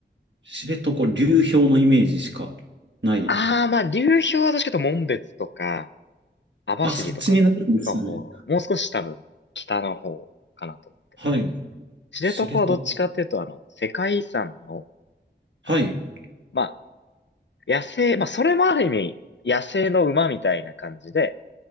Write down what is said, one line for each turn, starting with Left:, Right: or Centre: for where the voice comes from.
Right: 知床、流氷のイメージしかない。
Left: ああ、まあ流氷は確かというと紋別とか、網走とかの方、
Right: あ、そっちになるんですね。
Left: もう少し多分北の方かなと思ってて。
Right: はい。
Left: 知床はどっちかっていうと、
Right: 知床。
Left: あの、世界遺産の、
Right: はい。
Left: あの、ま野生、まあ、それもある意味、野生の馬みたいな感じで、